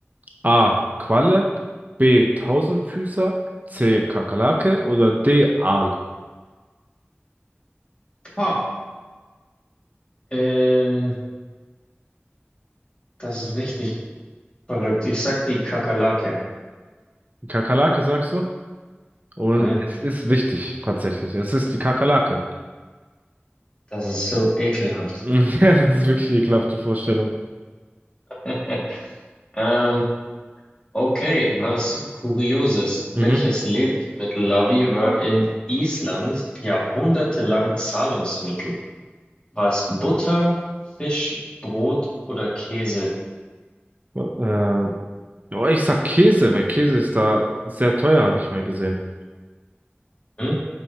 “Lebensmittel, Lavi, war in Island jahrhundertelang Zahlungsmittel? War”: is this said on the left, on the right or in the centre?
Left